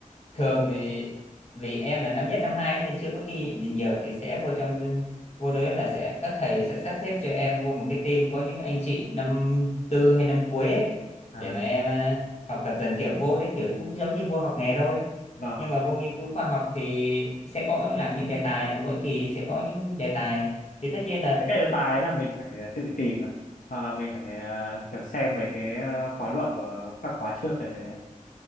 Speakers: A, on the left; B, on the left.
A: thường thì vì em là năm nhất năm hai nên chưa có kinh nghiệm gì nhiều thì sẽ vô trong vô đấy là sẽ các thầy sẽ sắp xếp cho em vô một cái team có những anh chị năm tư hay năm cuối ấy,
B: À,
A: để mà em à, học tập dần kiểu vô đấy kiểu cũng giống như vô học nghề thôi
B: Vâng,
A: nhưng mà vô nghiên cứu khoa học thì sẽ có làm những đề tài mỗi kỳ sẽ có những đề tài thì tất nhiên là
B: cái này là tài là mình phải tự tìm ạ. hoặc là mình phải à, kiểu xem về cái à, khóa luận của các khóa trước để